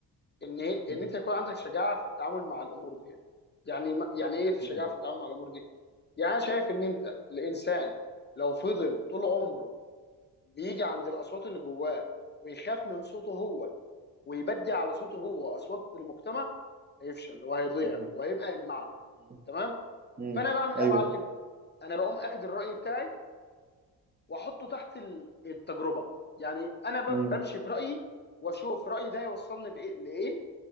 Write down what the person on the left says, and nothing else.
ان ان
انت يكون عندك شجاعه في التعامل مع الامور دي يعني ما- يعني ايه شجاعه
في التعامل مع الامور دي يعني انا شايف ان انت الانسان لو فضل طول عمره بيجي عند الاصوات اللي جواه ويخاف من صوته هو ويبدي على صوته هو اصوات المجتمع هيفشل وهيضيع
وهيبقى إمعة
تمام
فانا بعمل ايه
يا معلم انا بقوم اخد الراي بتاعي واحطه تحت ال- التجربه يعني انا ب-
بمشي برايي واشوف رايي ده يوصلني بايه لايه